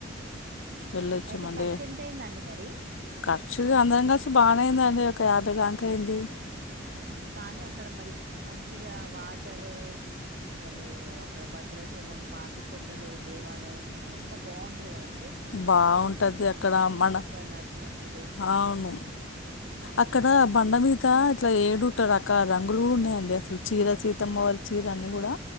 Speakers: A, on the right; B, on the left.
A: అవునండి
B: వెళ్ళొచ్చామండి
A: అయితే ఖర్చు ఎంతయిందండి మరి
B: ఖర్చు అందరం కలిసి బానే అయ్యిందండి ఒక యాభై దాక అయింది
A: అంతేనండి కానీ అక్కడ మరి మంచిగా వాటరు అసలు అక్కడ భద్రాచలం పాపికొండలు దేవాలయము అ అంత బాగుంటది కదండి
B: బాగుంటది అక్కడ మన
A: నడిచిన ప్రదేశము.
B: అవును అక్కడ బండ మీద ఇట్లా ఏడుట రకాల రంగులు కూడా ఉన్నాయండి అసలు చీర సీతమ్మ వారి చీర అన్ని కూడా